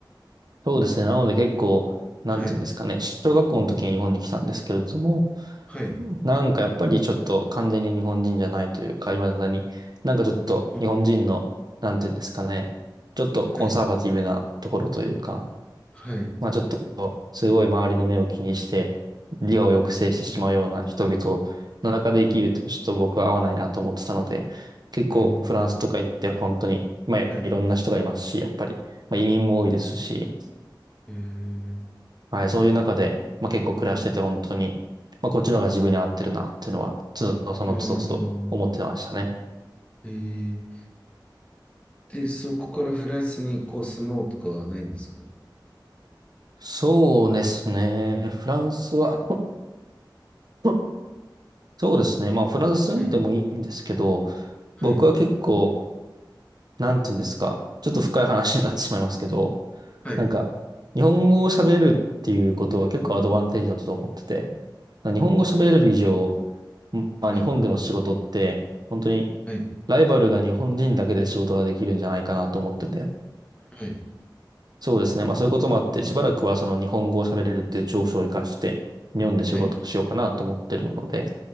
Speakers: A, on the right; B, on the left.
A: そうですね。なので結構、なんていうんですかね。
B: はい。
A: 小学校の時に日本に来たんですけれども、
B: はい。
A: なんかやっぱりちょっと完全に日本人じゃないというか、未だに、なんかちょっと日本人の、
B: あー
A: なんていうんですかね、ちょっとコンサバティブなところというか、
B: はい。はい。
A: まあちょっとすごい周りの目を気にして、自我を抑制してしまうような人々の中で生きるってちょっと僕は合わないなと思ってたので、
B: うんうんうん。うん
A: 結構フランスとか行って本当に、
B: うんうん
A: まあいろんな人がいますし、
B: うん。はい。
A: やっぱり、まあ移民も多いですし、
B: えー、えー、
A: はい、そういう中で、まあ、結構暮らしてて本当に、
B: はい。
A: まあ、こっちの方が自分に合ってるなっていうのは、つどそのつどつど思ってましたね。
B: あーえー、で、そこからフランスにこう住もうとかはないんですかね
A: そうですね。フランスは <laughs> そうですね。まあフランス住んでもいいんですけど、
B: <clears throat> はい。はい。
A: 僕は結構、なんて言うんですか、ちょっと深い話になってしまいますけど、
B: はい。
A: なんか、日本語を喋れるっていうことは結構アドバンテージだと思ってて、日本語喋れる以上、まあ日本での仕事って、
B: はい。
A: 本当に
B: はい。はい。
A: ライバルが日本人だけで仕事ができるんじゃないかなと思ってて。
B: はい。
A: そうですね。まあそういうこともあって、しばらくはその日本語を喋れるっていう長所を活かして、日本で仕事をしようかなと思ってるので、
B: はい。